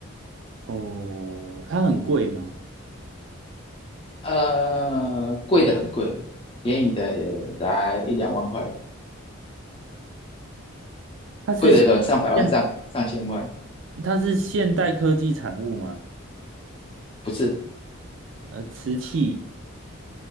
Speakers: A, on the right (about 60°); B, on the left (about 25°).
A: 哦，它很贵吗？
B: 呃，贵的很贵，便宜的也才一两万块吧，
A: 它是现
B: 贵的可能上百万、
A: 现
B: 上上千万，
A: 它是现代科技产物吗？
B: 不是，
A: 呃，瓷器、